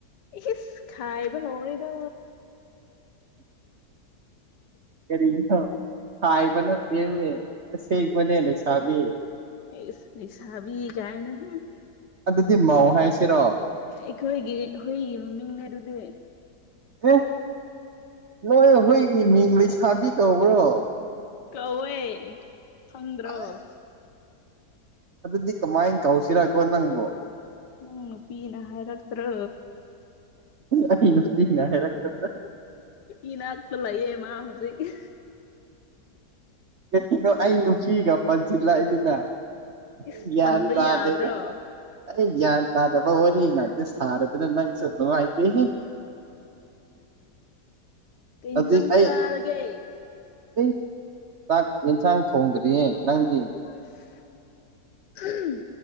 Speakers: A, on the left; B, on the right.
A: ꯏꯁ ꯈꯥꯏꯕ ꯍꯧꯔꯦꯗꯣ
B: <inaudible> ꯀꯔꯤꯅꯣ ꯈꯥꯏꯕ ꯅꯠꯇꯦꯅꯦ ꯑꯁꯦꯡꯕꯅꯤ ꯂꯩꯥꯁꯥꯕꯤ
A: ꯏꯁ ꯂꯩꯁꯥꯕꯤ ꯀꯥꯏꯅ ꯍꯝ
B: ꯑꯗꯨꯗꯤ ꯃꯧ ꯍꯥꯏꯁꯤꯔꯣ
A: ꯑꯩꯈꯣꯏꯒꯤ ꯍꯨꯏꯒꯤ ꯃꯃꯤꯡꯅꯤ ꯑꯗꯨꯗꯤ
B: ꯑꯦ ꯅꯣꯏ ꯍꯨꯏꯒꯤ ꯃꯤꯡ ꯂꯩꯁꯥꯕꯤ ꯀꯧꯕ꯭ꯔꯣ
A: ꯀꯧꯋꯦ ꯈꯪꯗ꯭ꯔꯣ
B: ꯑꯩ ꯑꯗꯨꯗꯤ ꯀꯃꯥꯏꯅ ꯀꯧꯁꯤꯔ ꯀꯣ ꯅꯪꯕꯣ
A: ꯅꯪ ꯅꯨꯄꯤꯅ ꯍꯥꯏꯔꯛꯇ꯭ꯔꯣ
B: ꯑꯩ ꯅꯨꯄꯤꯅ ꯍꯥꯏꯔꯛꯇꯔꯣ
A: ꯏꯅꯥꯛꯇꯁ ꯂꯥꯏꯌꯦ ꯃꯥ ꯍꯧꯖꯤꯛ <unintelligible>
B: ꯀꯩꯅꯣ ꯑꯩ ꯅꯨꯄꯤꯒ ꯄꯟꯁꯤꯜꯂꯏꯗꯨꯅ ꯑꯩ
A: ꯏꯁ
B: ꯒ꯭ꯌꯥꯟ
A: ꯄꯟꯕ
B: ꯇꯥꯗꯦꯗ
A: ꯌꯥꯗ꯭ꯔꯣ
B: ꯑꯩ ꯒ꯭ꯌꯥꯟ ꯇꯥꯗꯕ ꯋꯥꯔꯤ ꯉꯥꯛꯇ ꯁꯥꯔꯗꯅ ꯅꯪꯁꯨ ꯅꯨꯡꯉꯥꯏꯇꯦꯍꯦ
A: ꯀꯤ
B: ꯍꯧꯖꯤꯛ
A: ꯏꯟꯖꯪ
B: ꯑꯩ
A: ꯆꯔꯒꯦ
B: ꯑꯩ ꯆꯥꯛ ꯌꯦꯟꯁꯥꯡ ꯊꯣꯡꯗ꯭ꯔꯤꯌꯦ ꯅꯪꯗꯤ
A: ꯑꯁ ꯎꯝ